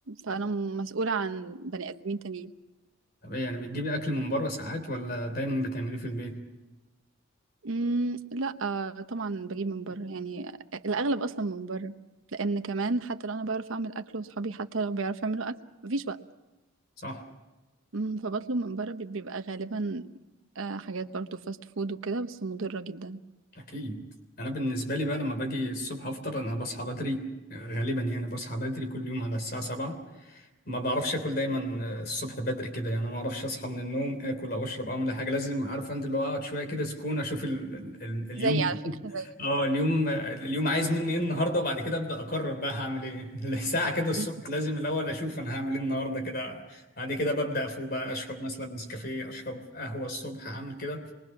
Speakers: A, on the right; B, on the left.
A: فانا مسؤولة عن بني ادمين تانيين
B: طب ايه يعني بتجيبي اكل من بره ساعات ولا دايما بتعمليه في البيت
A: امم لا آه، طبعا بجيب من بره يعني الاغلب اصلا من بره لان كمان حتى لو انا بعرف اعمل اكل واصحابي حتى لو بيعرفوا يعملوا اكل مفيش وقت
B: صح
A: مم، فبطلب من بره بي- بيبقى غالبا آه، حاجات برضو فاست فود وكده بس مضرة جدا
B: أكيد أنا بالنسبة لي بقى لما باجي الصبح أفطر أنا بصحى بدري غالبا يعني بصحى بدري كل يوم على الساعة سبعة ما بعرفش آكل دايما الصبح بدري كده يعني ما بعرفش أصحى من النوم آكل أو أشرب أو أعمل أي حاجة لازم عارف أنت اللي هو أقعد شوية كده سكون أشوف ال ال ال اليوم
A: زي على
B: <laughs>
A: فكرة زي
B: أه اليوم اليوم عايز مني إيه النهاردة وبعد كده أبدأ أقرر بقى هعمل إيه <laughs> ساعة كده الصبح
A: مم.
B: لازم الأول أشوف أنا هعمل إيه النهاردة كده بعد كده ببدأ أفوق بقى أشرب مثلا نسكافيه أشرب قهوة الصبح هعمل كده